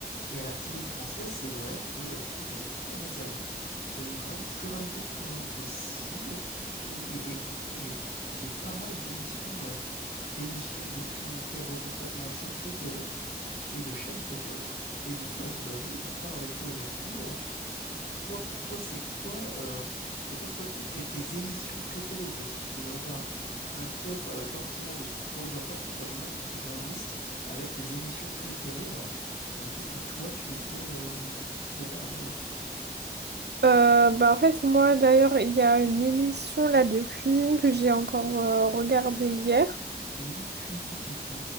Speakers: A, on the left (about 65°); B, on the right (about 80°).
A: et à la télé française, c'est vrai que euh, je trouve qu'on est plutôt bien servi, qu'il y a une grande pluralité de programmes possibles. Et, et- et que du coup, j'ai, j'ai pas mal d'émissions, euh, d'émissions, documentaires, reportages, machin préférés et de chaînes préférées. Et du coup, bah, je voudrais bien en faire part avec toi aujourd'hui. Euh, toi, pour toi, c'est quoi, euh, c'est quoi pour toi tes, tes- tes émissions préférées, tu vois, si tu devais en faire un, un top avec pas forcément de d'ordre d'importance, simplement tu te fais faire une liste avec tes émissions préférées, bah euh, qu'est-ce que toi tu mettrais, euh, qu'est-ce que tu mettrais à l'intérieur?
B: Euh, bah en fait moi d'ailleurs il y a une émission là de cuisine que j'ai encore euh, regardée hier.
A: Une émission de cuisine, ok.